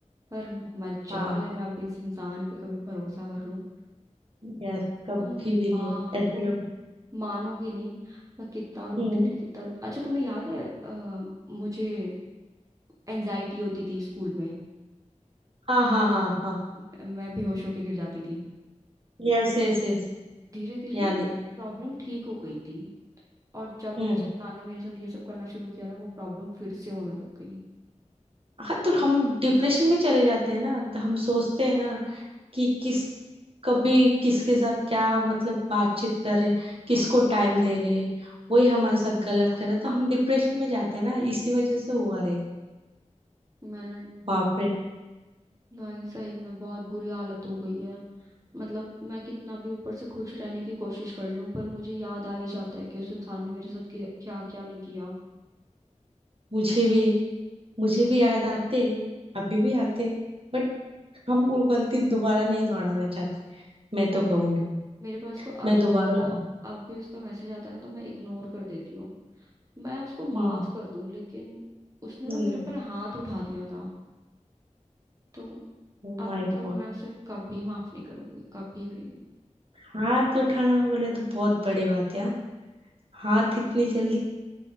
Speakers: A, on the right (about 25°); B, on the right (about 45°).
A: पर मजाल
B: हाँ
A: है मैं अब इस इंसान पे कभी भरोसा कर लूं
B: यस कभी
A: तुम
B: भी नहीं
A: माँ
B: ऐसे
A: तुम
B: लोग
A: मानोगे नहीं मैं कितना रोती
B: हम्म
A: थी कितना अच्छा तुम्हें याद है अ, मुझे एंजाइटी होती थी स्कूल में
B: हाँ हाँ हाँ हाँ
A: मैं मैं बेहोश होके गिर जाती थी
B: Yes yes yes
A: धीरे धीरे
B: याद
A: ना
B: है
A: प्रॉब्लम ठीक हो गई थी और जब
B: हम्म
A: इन इंसान ने मेरे साथ ये सब करना शुरू किया ना वो प्रॉब्लम फिर से होने लग गई
B: हाँ तो हम डिप्रेशन में चले जाते हैं ना तो हम सोचते हैं ना कि किस कभी किसके साथ क्या मतलब बातचीत कर रहे किसको टाइम दे रहे वही हमारे साथ गलत कर रहा तो हम डिप्रेशन में जाते हैं ना इसी वजह से हुआ रे
A: मैंने
B: बाप रे
A: भाई सही में बहुत बुरी हालत हो गई है मतलब मैं कितना भी ऊपर से खुश रहने की कोशिश कर लूं पर मुझे याद आ ही जाता है कि उस इंसान ने मेरे साथ क्या क्या नहीं किया
B: मुझे भी मुझे भी याद आते अभी भी आते बट हम वो गलती दोबारा नहीं दोहराना चाहते मैं तो कहूंगी
A: मेरे पास तो अब
B: मैं दोबारा
A: भी उसका
B: ना
A: अब भी उसका मैसेज आता है ना तो मैं इग्नोर कर देती हूँ मैं उसको
B: हम्म
A: माफ कर दूं लेकिन उसने ना
B: हम्म
A: मेरे ऊपर हाथ उठा दिया था तो
B: Oh
A: अब
B: my
A: तो
B: god
A: मैं उसे कभी माफ नहीं करूंगी कभी भी नहीं
B: हाथ तो उठाना बोले तो बहुत बड़ी बात है यार हाथ इतनी जल्दी